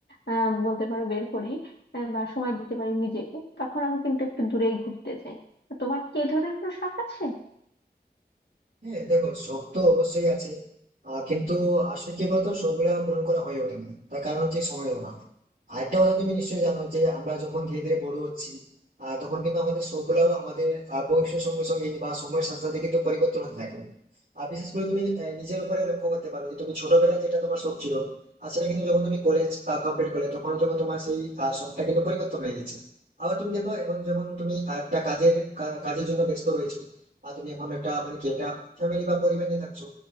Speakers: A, on the left; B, on the right.
A: আহ বলতে পারো বের করি আহ, বা সময় দিতে পারি নিজেকে তখন আমি কিন্তু একটু দূরেই ঘুরতে যাই তো তোমার কি এই ধরনের কোনো শখ আছে
B: হ্যাঁ দেখো শখ তো অবশ্যই আছে আহ, কিন্তু আসলে কি বলতো শখ গুলা পূরণ করা হয়ে ওঠে না তার কারণ হচ্ছে সময়ের অভাব আরেকটা কথা তুমি নিশ্চয়ই জানো যে আমরা যখন ধীরে ধীরে বড় হচ্ছি আহ, তখন কিন্তু আমাদের শখ গুলাও আমাদের আহ, বয়সের সঙ্গে সঙ্গে বা সময়ের সাথে সাথে কিন্তু পরিবর্তন হতে থাকে আর বিশেষ করে তুমি আহ, নিজের উপরে লক্ষ্য করতে পারো যে তুমি ছোটবেলায় যেটা তোমার শখ ছিল আর সেটা কিন্তু যখন তুমি কলেজ কমপ্লিট করলে তখন তখন তোমার সেই আহ, শখটা কিন্তু পরিবর্তন হয়ে গেছে আবার তুমি দেখো এখন যখন তুমি একটা কাজের কা- কাজের জন্য ব্যস্ত রয়েছো বা তুমি এখন একটা মানে কি একটা ফ্যামিলি বা পরিবার নিয়ে থাকছো